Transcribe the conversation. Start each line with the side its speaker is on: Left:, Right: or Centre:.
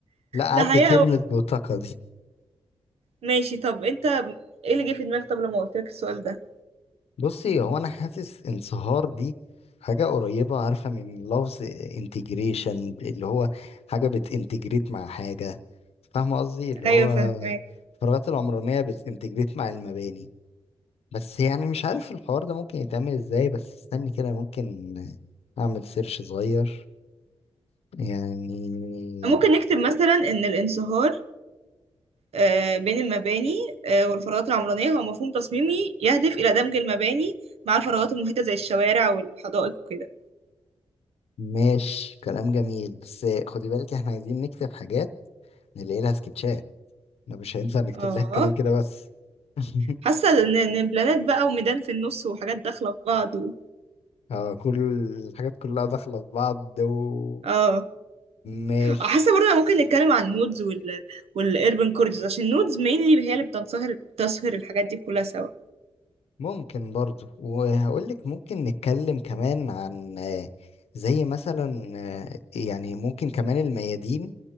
Left: لا عدي
Right: ده حقيقه
Left: كلمة بطاقة دي
Right: ماشي طب انت ايه اللي جه في دماغك طب لما قلت لك السؤال ده
Left: بصي هو أنا حاسس انصهار دي حاجة قريبة عارفة من لفظ انتجريشن اللي هو حاجة بتنتجريت مع حاجة فاهمة قصدي اللي
Right: ايوه
Left: هو
Right: فاهمك
Left: الفراغات العمرانية بتنتجريت مع المباني بس يعني مش عارف الحوار ده ممكن يتعمل ازاي بس استني كده ممكن أعمل سيرش صغير يعني
Right: طب ممكن نكتب مثلا ان الانصهار آه، بين المباني آه، والفراغات العمرانية هو مفهوم تصميمي يهدف إلى دمج المباني مع الفراغات المحيطة زي الشوارع والحدائق وكده
Left: ماشي كلام جميل بس خدي بالك احنا عايزين نكتب حاجات نلاقي لها سكتشات احنا مش هينفع نكتب
Right: اه
Left: لها الكلام كده بس <laughs>
Right: حاسة ان إن بلانات بقى وميدان في النص وحاجات داخلة في بعض و...
Left: اه كل الحاجات كلها داخلة في بعض و
Right: اه
Left: ماشي
Right: حاسة برضه ممكن نتكلم عن النودز وال والاربن كوريدورز عشان النودز mainly هي اللي بتنصهر بتسهر الحاجات دي كلها سوا
Left: ممكن برضو وهقول لك ممكن نتكلم كمان عن آه، زي مثلا آه، يعني ممكن كمان الميادين